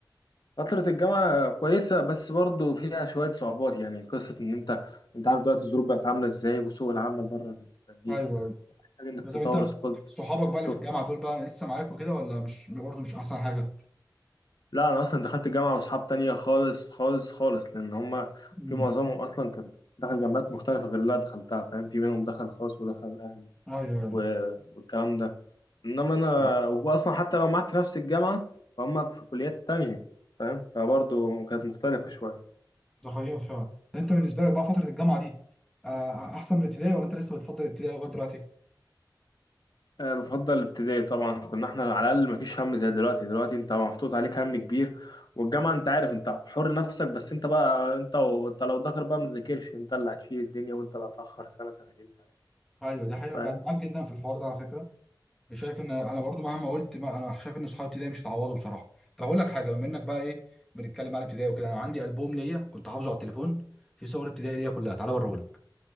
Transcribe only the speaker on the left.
فترة الجامعة كويسة بس برضه فيها شوية صعوبات يعني قصة إن أنت أنت عارف دلوقتي الظروف بقت عاملة إزاي وسوق العمل بره مستنيك
محتاج إنك
تطور
سكولت
سوفت
لا انا اصلا دخلت جامعه واصحاب تانية خالص خالص خالص لان هما
في معظمهم اصلا كان دخل جامعات مختلفه غير اللي انا دخلتها فاهم في منهم دخل خاص ودخل اهلي
و- والكلام ده انما انا
وهو اصلا حتى لو معاك في نفس الجامعه فهم في كليات تانية فاهم فبرضه كانت مختلفه شويه
أه بفضل الابتدائي طبعا كنا احنا على الاقل مفيش هم زي دلوقتي دلوقتي انت محطوط عليك هم كبير والجامعه انت عارف انت حر نفسك بس انت بقى انت وانت لو ذاكر بقى ما تذاكرش انت اللي هتشيل الدنيا وانت اللي هتاخر سنه سنتين تلاتة.
فاهم